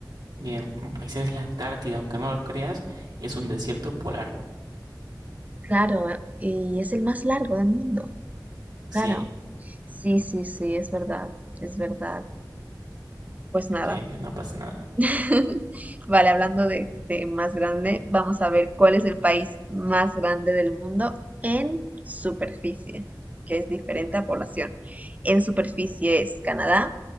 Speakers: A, on the right; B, on the right.
A: Bien, pues es la Antártida, aunque no lo creas, es un desierto polar.
B: Claro, eh, y es el más largo del mundo,
A: Sí,
B: claro. Sí, sí, sí, es verdad, es verdad. Pues nada.
A: bien, bien, no pasa nada.
B: <laughs> Vale, hablando de, de más grande, vamos a ver cuál es el país más grande del mundo en superficie, que es diferente a población. En superficie es Canadá,